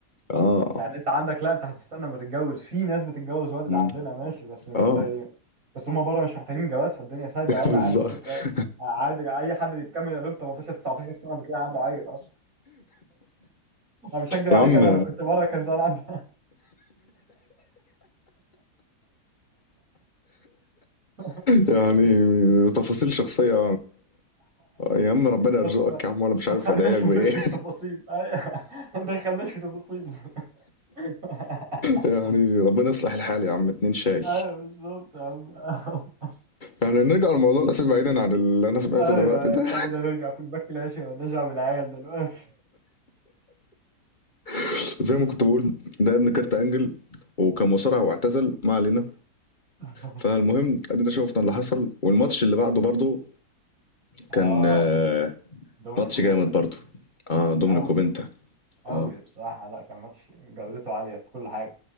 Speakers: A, on the left; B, on the right.
A: اه
B: يعني انت عندك لا انت هتستنى ما تتجوز في ناس بتتجوز بدري
A: مم.
B: عندنا ماشي بس مش
A: اه
B: زي بس هم بره مش محتاجين جواز فالدنيا سايبه
A: <laughs>
B: قوي عادي ممكن تلاقي
A: بالظبط
B: عادي اي حد بيكمل يا دوب 18 19 سنه بتلاقي عنده عيل اصلا انا مش هكدب
A: يا
B: عليك
A: عم
B: انا لو كنت بره كان زمان عندي <laughs>
A: يعني تفاصيل شخصية يا عم ربنا يرزقك
B: ما ت- ما
A: يا عم وانا مش
B: ما
A: عارف
B: تخليناش
A: ادعي لك بايه
B: نخش
A: <laughs>
B: في تفاصيل ايوه <laughs> ما تدخلناش في تفاصيل <laughs>
A: يعني ربنا يصلح الحال يا عم اتنين شاي
B: ايوه بالظبط يا عم <laughs>
A: يعني نرجع لموضوع الاسئله بعيدا عن اللي انا سمعته
B: ايوه
A: دلوقتي
B: ايوه
A: ده
B: خلينا نرجع في الباك العشي ونرجع بالعيال دلوقتي
A: <laughs> زي ما كنت بقول ده ابن كارت انجل وكان مصارع واعتزل ما علينا
B: <laughs>
A: فالمهم ادينا شفنا اللي حصل والماتش اللي بعده برضه
B: اه
A: كان آه،
B: دومينيك
A: ماتش
B: وبنتا
A: جامد برضه اه دومينيك
B: قوي
A: وبنتا
B: قوي
A: اه
B: بصراحه لا كان ماتش جودته عاليه في كل حاجه